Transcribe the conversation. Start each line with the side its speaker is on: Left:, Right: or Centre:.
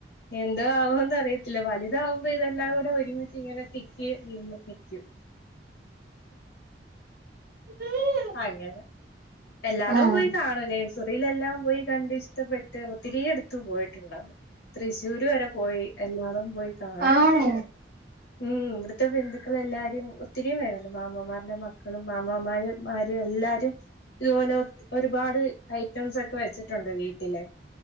Left: എന്തോ ആവോന്ന് അറിയത്തില്ല വലുതാകുമ്പോ ഇതെല്ലാം കൂടെ ഒരുമിച്ച് ഇങ്ങനെ തിക്കി നിന്ന് നിക്കും
Right: <inaudible>
Left: ആ ഇങ്ങനെ എല്ലാടം
Right: ആഹ്
Left: പോയി കാണും നസറിയിലെല്ലാം പോയി കണ്ട് ഇഷ്ടപ്പെട്ട് ഒത്തിരിയെ അടുത്തു പോയിട്ടുണ്ട് തൃശ്ശൂര് വരെ പോയി എല്ലാടും പോയി കാണും
Right: ആണോ
Left: ഉം ഇവിടുത്തെ ബന്ധുക്കൾ എല്ലാരും ഒത്തിരിയും പേരുണ്ട് മാമ്മമാരുടെ മക്കളും മാമമാരയും മാരും എല്ലാരും ഇതുപോലെ ഒരുപാട് ഐറ്റംസ് ഒക്കെ വെച്ചിട്ടുണ്ട് വീട്ടിലെ